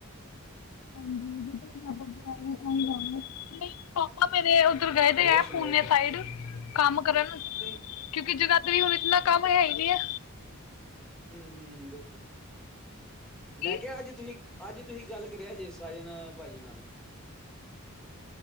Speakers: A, on the left; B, in the centre.
A: ਹਾਂਜੀ ਜਦ ਆਪਾਂ ਬਾਰੀਆਂ <inaudible> ਨਹੀਂ ਪਾ <inaudible> ਮੇਰੇ ਉੱਧਰ ਗਏ ਵੇ
B: ਹੋਰ
A: ਹੈ,
B: ਸੁਣਾਓ
A: ਪੂਨੇ ਸਾਈਡ। ਕੰਮ ਕਰਨ
B: ਤੁਸੀਂ
A: ਕਿਉਂਕਿ ਜਗਾਦਰੀ‌ ਵੀ ਹੁਣ ਇਤਨਾ
B: ਹੂੰ
A: ਕੰਮ ਹੈ ਹੀ ਨੀ ਹੈ
B: ਹਮ ਹਮ ਬਿਲਕੁਲ
A: ਕੀ
B: ਮੈਂ ਕਿਹਾ ਅੱਜ ਤੁਸੀਂ ਅੱਜ ਤੁਸੀਂ ਗੱਲ ਕਰਿਆ ਜੇ ਸਾਜਨ ਭਾਜੀ ਨਾਲ